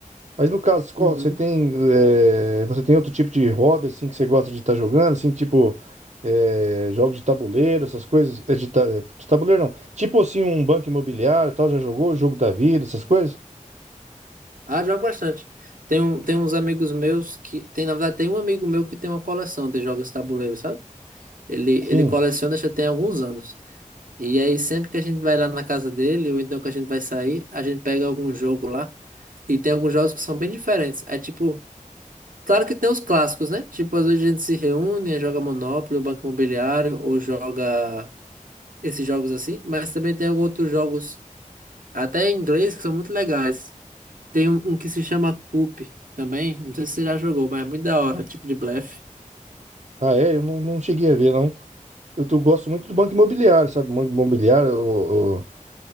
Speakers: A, on the right (about 55°); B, on the right (about 80°).
A: Mas no caso, qual-
B: Uhum.
A: você tem, é, você tem outro tipo de hobby, assim, que você gosta de estar jogando, assim, tipo, é, jogos de tabuleiro, essas coisas, é, de, ta- de tabuleiro não. Tipo assim, um banco imobiliário, e tal, já jogou o jogo da vida, essas coisas?
B: Ah, jogo bastante. Tem, um, tem uns amigos meus que. Tem, na verdade, tem um amigo meu que tem uma coleção de jogos de tabuleiro, sabe? Ele,
A: Sim.
B: ele coleciona já tem alguns anos. E aí, sempre que a gente vai lá na casa dele, ou então que a gente vai sair, a gente pega algum jogo lá. E tem alguns jogos que são bem diferentes. É tipo, claro que tem os clássicos, né? Tipo, às vezes a gente se reúne, joga Monopoly, ou Banco Imobiliário, ou joga esses jogos assim. Mas também tem alguns outros jogos, até em inglês, que são muito legais. Tem um, um que se chama Coup também. Não sei se você já jogou, mas é muito da hora, tipo de blefe.
A: Ah, é? Eu não, não cheguei a ver, não. Eu tô- gosto muito do Banco Imobiliário, sabe? Banco Imobiliário, o- o-